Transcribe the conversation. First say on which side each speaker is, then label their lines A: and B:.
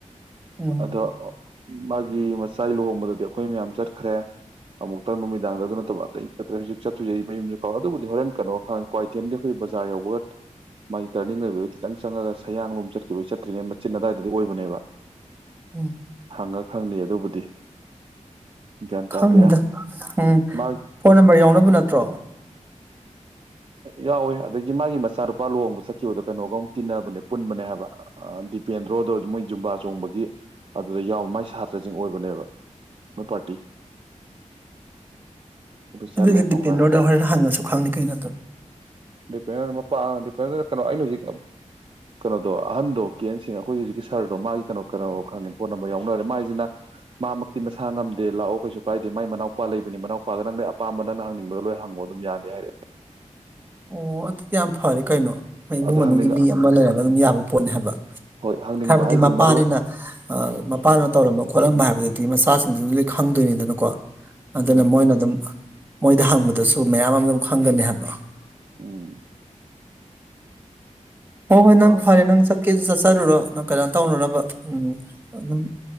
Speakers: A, on the right; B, on the right.
A: ꯎꯝ
B: ꯑꯗꯣ <inaudible> ꯃꯥꯒꯤ ꯃꯆꯥꯥꯏ ꯂꯨꯍꯣꯡꯕꯗꯗꯤ ꯑꯩꯈꯣꯏ ꯃꯌꯥꯝ ꯆꯠꯈ꯭ꯔꯦ ꯑꯃꯨꯛꯇꯪ ꯅꯨꯃꯤꯗꯥꯡꯗ ꯑꯗꯨ ꯅꯠꯇꯕ ꯑꯇꯩ ꯆꯠꯇ꯭ꯔꯦ ꯍꯧꯖꯤꯛ ꯆꯠꯇꯣꯏꯁꯦ ꯑꯩ ꯃꯌꯨꯝꯁꯨ ꯀꯥꯎꯔꯦ ꯑꯗꯨꯕꯨꯗꯤ ꯍꯣꯔꯦꯟ ꯀꯩꯅꯣ ꯀ꯭ꯋꯥꯀꯩꯊꯦꯟꯒꯤ ꯑꯩꯈꯣꯏ ꯕꯖꯥꯔ ꯌꯧꯕꯒ ꯃꯥꯥꯏ ꯇꯔꯅꯤꯡ ꯂꯩꯕꯗꯣ ꯈꯤꯇꯪ ꯆꯪꯉꯒ ꯁꯌꯥꯡꯂꯣꯝ ꯆꯠꯈꯤꯕꯩ ꯆꯠꯇ꯭ꯔꯤꯉꯩ ꯃꯆꯤꯟ ꯑꯗꯨꯋꯥꯏꯗꯗꯤ ꯑꯣꯏꯕꯅꯦꯕ
A: ꯎꯝ
B: ꯍꯪꯉ ꯈꯪꯅꯤ ꯑꯗꯨꯕꯨꯗꯤ ꯒ꯭ꯌꯥꯟ
A: ꯈꯪꯅꯤꯗ
B: ꯇꯥꯗꯦ
A: ꯎꯝ
B: ꯃꯥ
A: ꯐꯣꯟ ꯅꯝꯕꯔ ꯌꯥꯎꯅꯕ ꯅꯠꯇ꯭ꯔꯣ
B: ꯌꯥꯎꯋꯦ ꯑꯗꯒꯤ ꯃꯥꯒꯤ ꯃꯆꯥꯅꯨꯄꯥ ꯂꯨꯍꯣꯡꯕ ꯆꯠꯈꯤꯕꯗꯣ ꯀꯩꯅꯣꯒ ꯑꯃꯨꯛ ꯇꯤꯟꯅꯕꯅꯦ ꯄꯨꯟꯕꯅꯦ ꯍꯥꯏꯕ ꯗꯤꯄꯦꯟꯗ꯭ꯔꯣꯗꯣ ꯃꯣꯏ ꯖꯨꯝꯕꯥ ꯆꯣꯡꯕꯒꯤ ꯑꯗꯨꯗ ꯌꯥꯎ ꯃꯥꯏ ꯁꯥꯇ꯭ꯔꯁꯤꯡ ꯑꯣꯏꯕꯅꯦꯕ ꯃꯣꯏ ꯄꯥꯔꯇꯤ ꯑꯗꯨ ꯆꯠꯂꯦ
A: ꯑꯗꯨꯗꯤ ꯗꯤꯄꯦꯟꯗ꯭ꯔꯣꯗꯣ
B: ꯅꯨꯡꯉꯥꯏ
A: ꯍꯣꯔꯦꯟ ꯍꯪꯉꯁꯨ ꯈꯪꯅꯤ ꯀꯩꯅꯣ ꯑꯗꯨꯝ
B: ꯗꯤꯄꯦꯟꯗ꯭ꯔ ꯃꯄꯥ ꯗꯤꯄꯦꯟꯗ꯭ꯔꯣ ꯀꯩꯅꯣ ꯑꯩꯅ ꯍꯧꯖꯤꯛ ꯀꯩꯅꯣꯗꯣ ꯑꯍꯟꯗꯣ ꯀꯦꯟ ꯑꯦꯟ ꯁꯦꯡ ꯑꯩꯈꯣꯏꯒꯤ ꯍꯧꯖꯤꯛꯀꯤ ꯁꯥꯔꯗꯣ ꯃꯥꯒꯤ ꯀꯩꯅꯣ ꯀꯩꯅꯣ ꯈꯪꯉꯦ ꯐꯣꯟ ꯅꯝꯕꯔ ꯌꯥꯎꯅꯔꯦ ꯃꯥꯏꯁꯤꯅ ꯃꯥꯃꯛꯇꯤ ꯃꯁꯥ ꯉꯝꯗꯦ ꯂꯥꯛꯑꯣ ꯀꯩꯁꯨ ꯀꯥꯏꯗꯦ ꯃꯥꯏ ꯃꯅꯥꯎꯄꯥ ꯂꯩꯕꯅꯤ ꯃꯅꯥꯎꯄꯥꯒ ꯅꯪꯗ ꯑꯄꯥꯝꯕ ꯅꯪꯅ ꯍꯪꯅꯤꯡꯕꯗ ꯂꯣꯏ ꯍꯪꯉꯣ ꯑꯗꯨꯝ ꯌꯥꯅꯤ ꯍꯥꯏꯔꯛꯑꯦ
A: ꯑꯣ ꯑꯗꯨꯗꯤ ꯌꯥꯝ ꯐꯔꯦ ꯀꯩꯅꯣ ꯃꯣꯏ ꯏꯃꯨꯡ
B: ꯑꯗꯣ
A: ꯃꯅꯨꯡꯒꯤ
B: ꯍꯪꯅꯤꯡ
A: ꯃꯤ ꯑꯃ ꯂꯩꯔꯒ ꯑꯗꯨꯝ ꯌꯥꯕ ꯄꯣꯠꯅꯦ ꯍꯥꯏꯕ
B: ꯍꯣꯏ ꯍꯪꯅꯤꯡꯕ
A: ꯍꯥꯏꯕꯗꯤ
B: ꯍꯥꯏꯁꯦ
A: ꯃꯄꯥꯅꯤꯅ
B: ꯃꯔꯣꯏ
A: ꯑꯥ ꯃꯄꯥꯅꯅ
B: ꯎꯝ
A: ꯇꯧꯔꯝꯕ ꯈꯣꯠꯂꯝꯕ ꯍꯥꯏꯕ ꯑꯗꯨꯗꯤ ꯃꯆꯥꯁꯤꯡꯗꯨꯁꯨ ꯂꯣꯏ ꯈꯪꯗꯣꯏꯅꯤꯗꯅꯀꯣ ꯑꯗꯨꯅ
B: ꯎꯝ
A: ꯃꯣꯏꯅ ꯑꯗꯨꯝ ꯃꯣꯏꯗ ꯍꯪꯕꯗꯁꯨ ꯃꯌꯥꯝ ꯑꯃ ꯑꯗꯨꯝ ꯈꯪꯒꯅꯤ ꯍꯥꯏꯕ
B: ꯎꯝ
A: ꯍꯣ ꯍꯣꯏ ꯅꯪ
B: ꯃꯥ
A: ꯐꯔꯦ ꯅꯪ ꯆꯠ ꯀꯦꯁꯨ ꯆꯠꯆꯔꯨꯔꯣ ꯅꯪ ꯀꯩꯅꯣ ꯇꯧꯅꯅꯕ ꯎꯝ ꯑꯗꯨꯝ